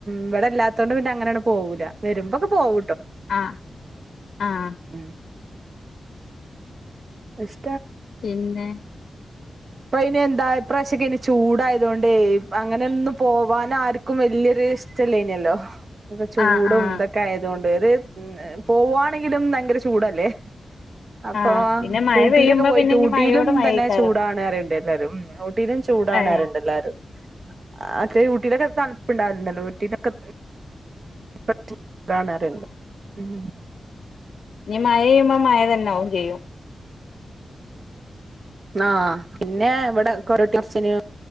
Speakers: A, on the right; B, on the left.
A: ഇവടെ ഇല്ലാത്തോണ്ട് പിന്നെ അങ്ങനാണ്ട് പോവൂല വരുമ്പൊക്ക പോവു
B: അഹ്ആഹ്
A: ഉം എഷ്
B: പിന്നെ
A: അപ്പ ഇനി എന്താ ഇപ്രാശ്യൊക്കേനി ചൂട തോണ്ടെ അങ്ങനെ ഒന്നും പോവാന ർക്കും വല്ല്യരു ഇഷ്ടല്ലേന്യല്ലോ. തൊക്കെ ചൂടും
B: ആഹ് ആഹ്
A: ഇതൊക്കെ ആയത്കൊണ്ട് <unintelligible> പോവാണെങ്കിലും ഭയങ്കര ചൂടല്ലേ. അപ്പൊ
B: ആഹ് പിന്നെ മഴ
A: ഊട്ടിയിലൊക്കെ
B: പെയ്യുമ്പോ
A: പോയിട്ട്
B: പിന്നെ ഇനി
A: ഊട്ടിയിലും
B: മഴയോട് മഴയ്ക്കാരം
A: തന്നെ ചൂടാണ് എല്ലല്ലാരും ഒഹ് പെരും ചൂടാണ്
B: ഏഹ്
A: പറ്ണ്ട് എല്ലാരും. അത്തെ ഊട്ടിലൊക്കെ തൺപ്ണ്ടാവൽണ്ടല്ലോ ഊട്ടീട്ടെക്കെ പ കാണാറുണ്ട് ഉം
B: നീ മഴയ്യുമ്പോ മഴ തന്നാവും ചെയ്യും
A: ആ പിന്നെ ഇവടെ കൊരോട്ടി മെർചേഞ്ഞി